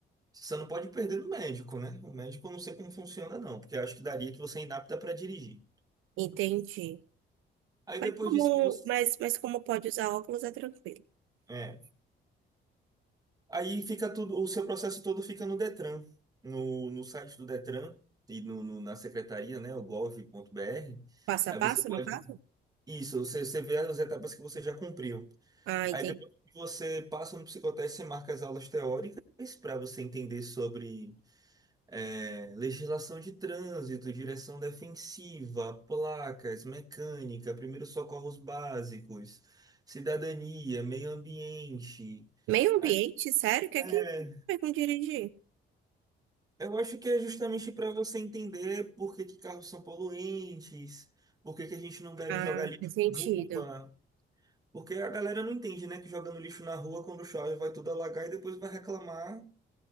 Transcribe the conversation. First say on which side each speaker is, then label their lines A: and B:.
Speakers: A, on the right; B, on the right.
A: Você não pode perder no médico, né? O médico eu não sei como funciona, não, porque eu acho que daria que você é inapta para dirigir.
B: Entendi.
A: Aí
B: Mas
A: depois
B: como,
A: disso que você.
B: mas, mas como pode usar óculos é tranquilo.
A: É. Aí fica tudo, o seu processo todo fica no Detran, no, no site do Detran e no, no- na secretaria, né? O gov.br.
B: Passo
A: Aí
B: a passo,
A: você pode.
B: no caso?
A: Isso, você, você vê as etapas que você já cumpriu.
B: Ah, entendi.
A: Aí depois que você passa no psicoteste, você marca as aulas teóricas para você entender sobre é, legislação de trânsito, direção defensiva, placas, mecânica, primeiros socorros básicos, cidadania, meio ambiente.
B: Meio
A: Aí-
B: ambiente, sério? O que
A: É,
B: é que vai com dirigir?
A: eu acho que é justamente para você entender por que que carros são poluentes, por que que a gente não deve
B: Ah,
A: jogar lixo
B: faz sentido.
A: na rua. Porque a galera não entende, né? Que jogando lixo na rua, quando chove, vai tudo alagar e depois vai reclamar